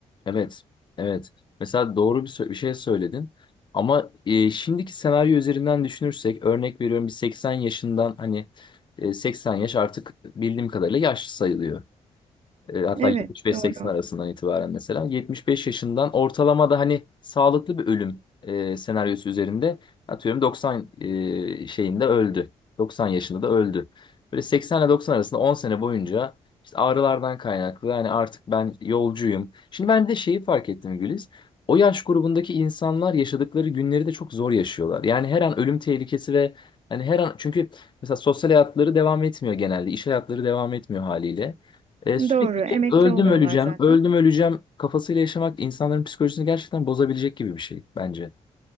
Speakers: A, on the left; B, on the right.
A: Evet, evet. Mesela doğru bir, sö- bir şey söyledin. Ama e, şimdiki senaryo üzerinden düşünürsek, örnek veriyorum bir 80 yaşından hani e, 80 yaş artık bildiğim kadarıyla yaşlı sayılıyor. E, Hatta
B: Evet,
A: 75-80
B: doğru.
A: arasından itibaren mesela 75 yaşından ortalama da hani sağlıklı bir ölüm e, senaryosu üzerinde atıyorum 90 e, şeyinde öldü. 90 yaşında da öldü. Böyle 80 ile 90 arasında 10 sene boyunca işte ağrılardan kaynaklı yani artık ben yolcuyum. Şimdi ben bir de şeyi fark ettim Güliz. O yaş grubundaki insanlar yaşadıkları günleri de çok zor yaşıyorlar. Yani her an ölüm tehlikesi ve hani her an çünkü mesela sosyal hayatları devam etmiyor genelde. iş hayatları devam etmiyor haliyle. E, sürekli
B: Doğru,
A: işte
B: emekli
A: öldüm
B: oluyorlar
A: öleceğim,
B: zaten.
A: öldüm öleceğim kafasıyla yaşamak insanların psikolojisini gerçekten bozabilecek gibi bir şey bence.